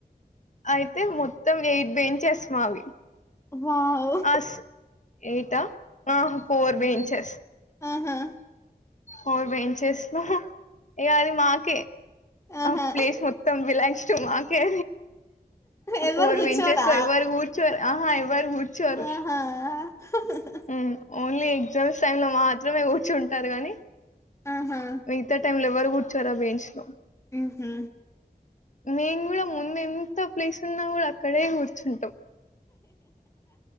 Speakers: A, on the left; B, on the left.
A: అయితే మొత్తం ఎయిట్ బేంచ్స్ మావి
B: వావ్
A: అస్ ఎయిట ఆ ఫోర్ బెంచెస్
B: ఆహా
A: ఫోర్ బెంచెస్ లో ఇగ అది మాకే
B: ఆహా
A: ఆ ప్లేస్ మొత్తం ఈ లైన్స్ టూ మాకే
B: ఎవరు
A: ఫోర్
B: కూర్చోరా
A: బెంచెస్ లో ఎవరు కూర్చోర్ ఆహా ఎవ్వరు కూర్చోరు
B: ఆహా <inaudible>
A: ఉమ్ ఓన్లీ ఎగ్జామ్స్ టైమ్ లో మాత్రమే గూర్చుంటారు గాని
B: ఆహా
A: మిగతా టైమ్ లో ఎవరు కూర్చోరు ఆ బెంచ్ లో
B: ఉహు
A: నేను గూడా ముందు ఎంత ప్లేస్ నువ్వు గూడా అక్కడే కూర్చుంటవ్